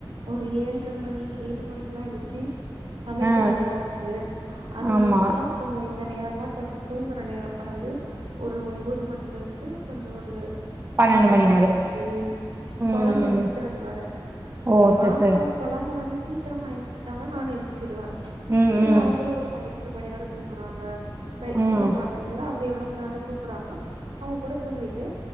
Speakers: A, on the right (about 80°); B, on the right (about 25°).
A: ஒரு ஏழ்ர மணி ஏழு மணிக்குலா எந்துர்ச்சு சமைக்க
B: ஆ
A: வேண்டிதாருக்கு அது
B: ஆமா
A: முடிச்சா கொஞ்ச இந்த நேரந்தா கொஞ்ச தூங்குற நேரோ அதாவது ஒரு ஒம் ம்போது மணிலேருந்து கொஞ்சோ ஒரு
B: பன்னெண்டு
A: வீட்ல
B: மணி
A: பசங்
B: நேர
A: ம்
B: ம்
A: கொழந்த எந்திக்றது வர
B: ஓ
A: ஏன்
B: செர்
A: பாப்பா
B: செர்
A: கொழந்த வந்து சீக்கரமா எந்திச்ட்டாங்கன்னா நானு எழந்திரிச்சிடுவே
B: ம்
A: இல்ல
B: ம்
A: அவங்களு ஒரு பண்ணி ரெண்டு மணி வர தூங்குறாங்க க
B: ம்
A: சின்ன கொழந்தைங்கல்ல அவங்க எவ்ளோ தார தூங்குறாங்களோ அவங்க கூட தூங்கிட்டு